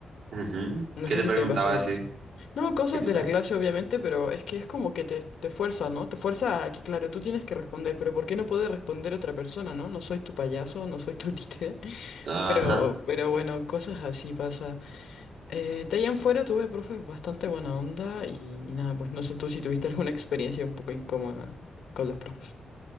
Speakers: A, on the right; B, on the left.
A: ujú,
B: No
A: ¿Qué
B: sé
A: te
B: si
A: preguntaba
B: te pasó algo
A: así?
B: así. No, cosas
A: ¿Qué te
B: de
A: pregun-
B: la clase, obviamente, pero es que es como que te, te fuerza, ¿no? Te fuerza a que, claro, tú tienes que responder, pero ¿por qué no puede responder otra persona, ¿no? No soy tu payaso, no soy tu títere. <laughs>
A: Ajá.
B: Pero, pero bueno, cosas así pasa. Eh, de ahí en fuera tuve profes bastante buena onda y, y nada, pues no sé tú si tuviste alguna experiencia un poco incómoda con los profes.